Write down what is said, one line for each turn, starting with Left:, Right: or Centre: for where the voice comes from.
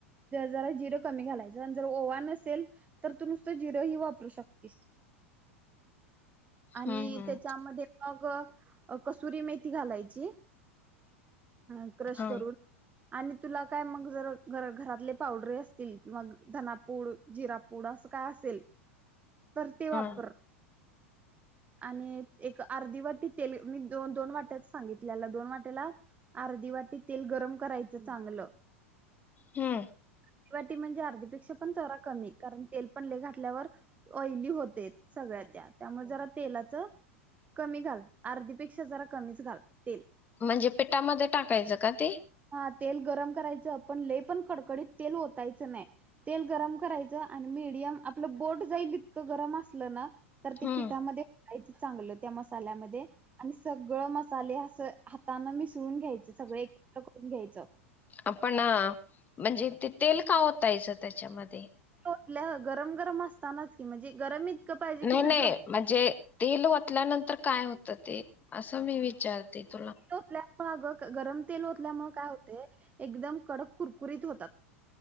Right: जरा जिरं कमी घालायचं आणि जर ओवा नसेल तर तू नुसतं जिरं ही वापरू शकतीस. आणि
Left: हम्म हम्म.
Right: त्याच्यामध्ये अग कस्तुरी मेथी घालायची. अ क्रश
Left: हा
Right: करून. आणि तुला काय मग जर गर घरातले पावडर असतील किंवा धनापूड, जिरापूड अस काय असेल तर ते वापर
Left: हा
Right: आणि एक अर्धी वाटी तेल मी द दोन वाट्याला सांगितलेला दोन वाट्याला अर्धी वाटी तेल गरम करायचं चांगलं
Left: हूं
Right: अर्धी वाटी म्हणजे अर्धी पेक्षा पण जरा कमी कारण तेल पण लय घाातल्यावर ऑइली होते सगळ्या त्या त्यामुळे जरा तेलाच कमी घाल अर्धीपेक्षा जरा कमीच घाल तेल
Left: म्हणजे पिठामध्ये टाकायचं का ते
Right: हा तेल गरम करायचं पण लय पण कडकडीत तेल होतायचं नाही तेल गरम करायचं आणि मीडियम आपलं बोट जाईल इतकं गरम असलं ना तर ते
Left: हम्म.
Right: पिठामध्ये नाहीच चांगलं त्या मसाल्यामध्ये आणि सगळं मसाले असं हाताने मिस ळून घ्यायच सगळे एकत्र करू घ्यायचा
Left: आपणा म्हणजे ते तेल का ओतायचा? त्याच्यामध्ये
Right: कुठलं गरम-गरम असतानाच की गरम इतकं पाहिजे
Left: नाही-नाही
Right: की तुझं
Left: म्हणजे ओतयला नंतर काय होते ते? असं मी विचारते! तुला
Right: ओतल्यामुळे अगं गरम तेल ओतल्यामुळे काय होतय? एकदम कडक कुरकुरीत होतात.